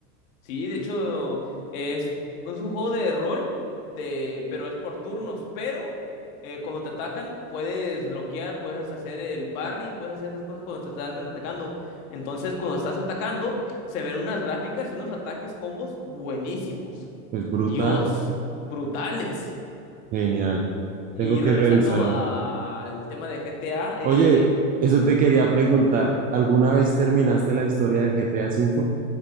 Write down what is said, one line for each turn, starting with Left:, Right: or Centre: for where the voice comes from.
Left: Sí, de hecho, es, es un juego de rol, de, pero es por turnos. Pero eh, cuando te atacan, puedes bloquear, puedes hacer el parry, puedes hacer esas cosas cuando te están atacando. Entonces, cuando estás atacando, se ven unas gráficas y unos ataques combos buenísimos.
Right: Es brutal.
Left: Dios, brutales.
Right: Genial.
Left: Y
Right: Tengo que
Left: regresando
Right: revisarlo.
Left: al tema de GTA, eh,
Right: Oye, eso te
Left: Ujú.
Right: quería preguntar. ¿Alguna vez terminaste la historia del GTA V?